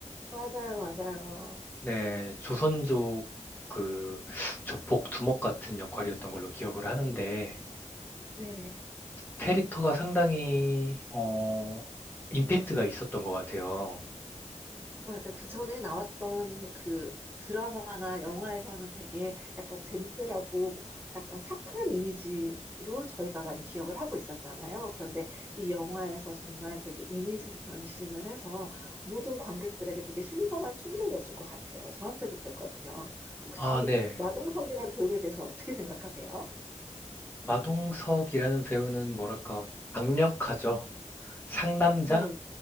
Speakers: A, on the right (about 15°); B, on the left (about 15°).
A: 맞아요, 맞아요.
B: 네, 조선족 그 조폭 두목 같은 역할이었던 걸로 기억을 하는데
A: 네.
B: 캐릭터가 상당히 어 임팩트가 있었던 것 같아요.
A: 맞아. 그 전에 나왔던 그 드라마나 영화에서는 되게 약간 젠틀하고 뭐 약간 착한 이미지로 저희가 많이 기억을 하고 있었잖아요. 그런데 이 영화에서 정말 되게 이미지 변신을 해서 모든 관객들에게 되게 신선한 충격이었을 것 같아요. 저한테도 그랬거든요. 혹시
B: 아, 네.
A: 마동석이란 배우에 대해서 어떻게 생각하세요?
B: 마동석이라는 배우는 뭐랄까 강력하죠. 상남자?
A: 네,